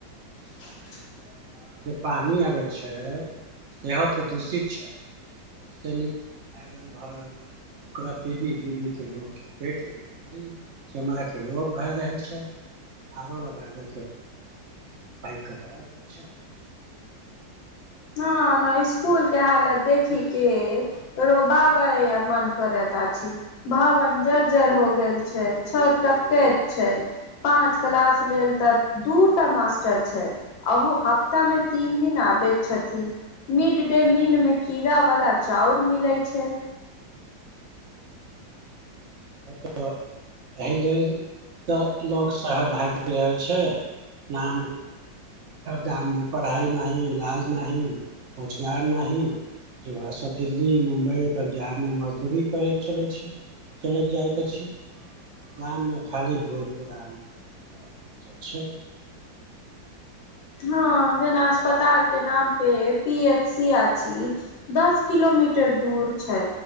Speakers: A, on the left; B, on the right.
A: <inaudible>
B: आओ जे पानि अबै छै सेहो त दूषित छै। आरसेनिक आइरन भरल ओकरा पीडी पीडी के लोग के पेट के बीमारी, चमरा के रोग भए रहल छै आरो लगाबे के पाइ ककरा लग छै?
A: हं ने इसकुल के हालत देखिके रो बाबै मन करैत अछि। भवन जर्जर हो गेल छै छत टपके छै। पाँच क्लास लेल त दूटा मास्टर छै। अहु हफ्ता मे तीन दिन आबैत छथि‍। मिड डे मील मे कीड़ा वाला चाउर मिले छै।
B: ह त एहि लेल त लोक सहर भागि रहल छै नाम गाममे पढ़ाइ नहि, इलाज नहि, रोजगार नहि युवा सब दिल्ली मुम्बई पंजाबमे मजदूरी करै चलै छै। चलैत जाइके छी गाममे खाली बूढ़ पुरान आ हं बचै छै।
A: हँ जेना अस्पताल के नाम पे पी एच सी अछि। दस किलोमीटर दूर छै